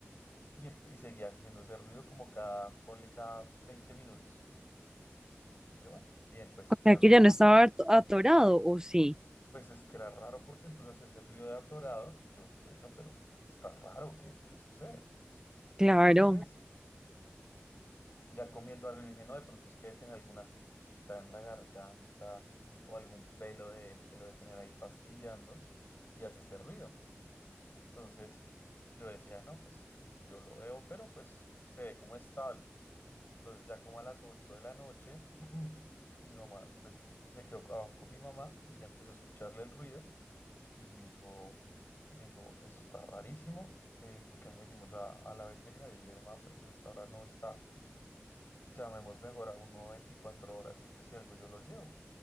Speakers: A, on the left; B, on the right.
A: Y, empe- y seguía haciendo ese ruido como cada, ponle cada 20 minutos. Y yo, bueno, bien, pues
B: O sea
A: yo
B: que
A: los...
B: ya no estaba ato- atorado, ¿o sí?
A: Pues es que era raro porque entonces hacía ese ruido de atorado y yo, bueno, pero está raro, ¿qué, qué sucede?
B: Claro.
A: Entonces... ya comiendo algo, yo dije, no, de pronto es que debe tener alguna astillita en la garganta o algún pelo de él que lo debe tener ahí fastidiando y hace ese ruido. Entonces yo decía, no, pues yo lo veo, pero pues se ve como estable. Entonces ya como a las 8 de la noche, <clears throat> mi mamá, pues se quedó abajo con mi mamá y ella empezó a escucharle el ruido y dijo, me dijo, eso está rarísimo, eh, ¿por qué no le decimos a, a la veterinaria? Y yo le dije, mamá, pero pues hasta ahora no está llamemos mejor a uno 24 horas y pues si algo yo lo llevo.